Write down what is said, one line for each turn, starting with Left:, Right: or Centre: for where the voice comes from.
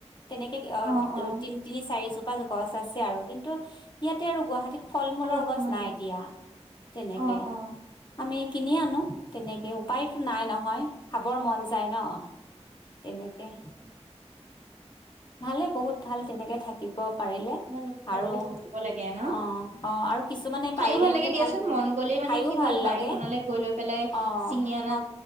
Left: তেনেকে
Right: অ অ
Left: তি তিনি চাৰি চোপা গছ আছে কি ইয়াতে আৰু গুৱাহাটীত ফল মূলৰ
Right: আৰু অকমান
Left: গছ নাই
Right: দিম
Left: দিয়া তেনেকে
Right: অ অ
Left: আমি কিনি আনো তেনেকে উপায়তো নাই নহয় খাবৰ মন ন তেনেকে ভালে বহুত ভাল তেনেকে থাকিব পাৰে
Right: উম তেনেকে
Left: আৰু
Right: থাকিব লাগে ন
Left: অ', অ', আৰু কিছুমানে
Right: খাইও
Left: পাৰিলে এনেকে
Right: লাগে দিয়াচোন
Left: ভাল প
Right: মন গ'লে মানে
Left: খাইও
Right: কি
Left: ভাল
Right: হয় বাৰীখনলৈ
Left: লাগে
Right: গৈ লৈ পেলাই
Left: অ',
Right: ছিঙি অনা
Left: হ